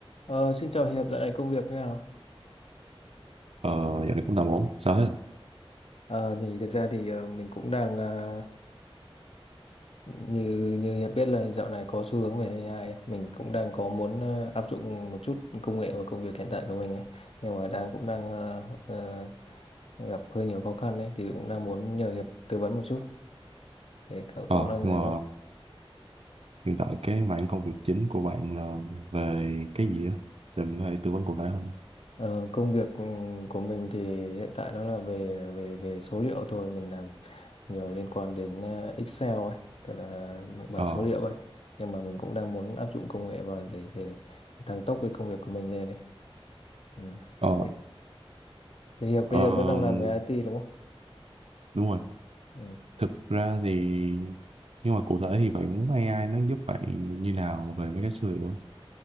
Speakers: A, on the left; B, on the right.
A: Ờ, xin chào Hiệp, dạo này công việc thế nào?
B: Ờ, dạo này cũng tạm ổn, sao hết?
A: Ờ, thì thực ra thì ờ, mình cũng đang ờ, như như Hiệp biết là dạo này có xu hướng về AI, ấy. mình cũng đang có muốn ờ, áp dụng một chút công nghệ vào công việc hiện tại của mình ấy, nhưng mà đang cũng đang ờ, ờ, gặp hơi nhiều khó khăn đấy, thì cũng đang muốn nhờ Hiệp tư vấn một chút để cậu
B: Ờ,
A: có đang
B: nhưng
A: rảnh
B: mà
A: không?
B: hiện tại cái mảng công việc chính của bạn là về cái gì á? Để mình có thể tư vấn cụ thể hơn.
A: Ờ, công việc của của mình thì hiện tại nó là về về về số liệu thôi mình làm nhiều liên quan đến ờ, Excel ấy tức là bảng
B: Ờ,
A: số liệu ấy nhưng mà mình cũng đang muốn áp dụng công nghệ vào để để, để tăng tốc cái công việc của mình lên ấy ừ.
B: ờ,
A: Thế thế Hiệp bây
B: ờm,
A: giờ vẫn đang làm về IT đúng không?
B: đúng rồi.
A: Ừ.
B: Thực ra thì, nhưng mà cụ thể thì bạn muốn AI nó giúp bạn như nào về mấy cái số liệu?